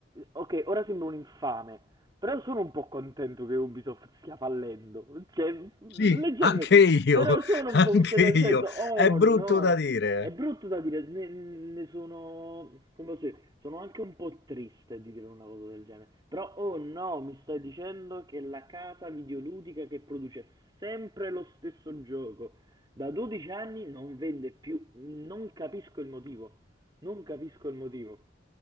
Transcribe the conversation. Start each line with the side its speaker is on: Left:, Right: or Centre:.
Right: Ok, ora sembro un infame, però sono un po' contento che Ubisoft stia fallendo. Cioè, leggermente...
Left: Sì, anche io,
Right: Però sono
Left: <laughs>
Right: un
Left: anche
Right: po'... Cioè, nel
Left: io.
Right: senso, oh
Left: È brutto
Right: no!
Left: da dire.
Right: È brutto da dire, ne, ne sono... Come posso dire? Sono anche un po' triste di dire una cosa del genere. Però, oh no, mi stai dicendo che la casa videoludica che produce sempre lo stesso gioco da 12 anni non vende più. Non capisco il motivo. Non capisco il motivo.